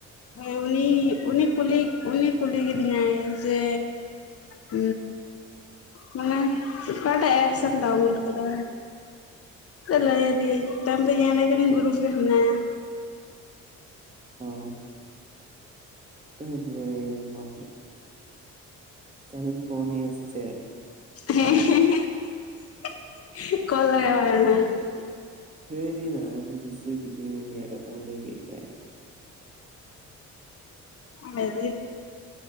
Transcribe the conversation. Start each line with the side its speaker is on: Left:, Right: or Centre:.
Left: ᱦᱮᱸ ᱩᱱᱤ ᱩᱱᱤ ᱠᱩᱞᱤ ᱩᱱᱤ ᱠᱩᱞᱤ ᱠᱤᱫᱤᱧᱟᱭ ᱡᱮ ᱦ ᱱᱟᱣᱟ ᱚᱠᱟᱴᱟᱜ ᱮᱯᱥᱢ ᱰᱟᱣᱩᱱᱞᱳᱰ ᱠᱟᱫᱟ᱾ ᱞᱟᱹᱭ ᱟᱫᱮᱭᱟᱹᱧ ᱛᱟᱭᱚᱢ ᱛᱮ ᱧᱮᱞᱮ ᱠᱟᱹᱧ ᱜᱩᱨᱩᱯ ᱨᱮ ᱢᱮᱱᱟᱭᱟ᱾
Right: ᱦ <unintelligible> <unintelligible> ᱛᱦᱞᱮᱧ ᱯᱷᱳᱱ ᱟᱭᱟ ᱥᱮᱪᱮᱫ?
Left: ᱦᱮᱸ ᱦᱮᱸ <unintelligible> ᱠᱚᱞ ᱞᱟᱜᱟ ᱟᱭ ᱢᱮ <inaudible>
Right: ᱥᱟᱹᱨᱤ ᱱᱟᱜ ᱫᱤᱥᱟ ᱠᱮᱫᱮᱭᱟ ᱩᱱᱤ ᱭᱟᱜ ᱠᱟᱛᱷᱟᱢ ᱞᱟᱹᱭ ᱠᱮᱫ ᱠᱷᱟᱡ᱾
Left: ᱦᱟᱭ ᱨᱮ ᱾